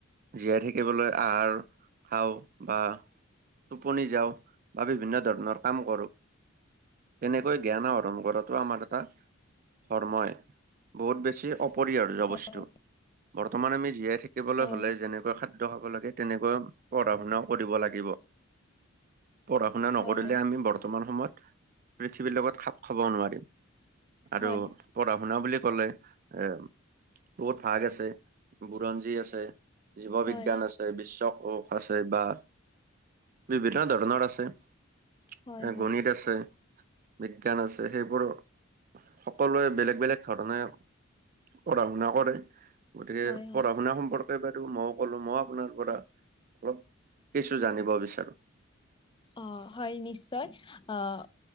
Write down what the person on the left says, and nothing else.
হয়,
হয়,
হয়,
হয়,
হয়,
হয়,
হয়,
হয়, হয়।
অ হয় নিশ্চয় আহ